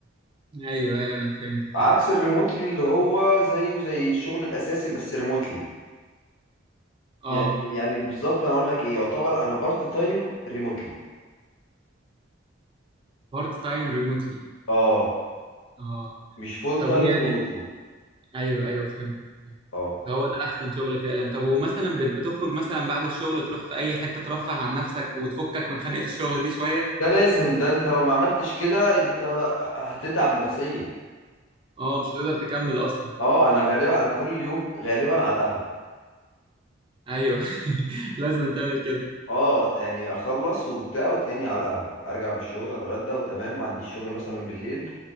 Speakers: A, on the right; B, on the left.
A: ايوه ايوه انا فهمت فعلا
B: عكس الريموتلي اللي هو زيه زي الشغل الاساسي بس ريموتلي
A: اه
B: يعني يعني بالظبط انا اقول لك ايه يعتبر انا بارت تايم ريموتلي
A: بارت تايم ريموتلي
B: اه
A: اه
B: مش فول
A: طب
B: تايم
A: ويعني
B: ريموتلي
A: ايوه ايوه فهمت
B: اه
A: هو ده احسن شغل فعلا طب ومثلا بت- بتخرج مثلا بعد الشغل تروح في اي حتة ترفه عن نفسك وتفكك من خنقة الشغل دي شوية
B: ده لازم ده انت لو ما عملتش كده انت هتتعب نفسيا
A: اه مش هتقدر تكمل اصلا
B: اه انا غالبا انا كل يوم غالبا على القهوه
A: ايوه <laughs> لازم تعمل كده
B: اه يعني اخلص وبتاع وتلاقيني على القهوه ارجع من الشغل اتغدى وتمام ما عنديش شغل مثلا بالليل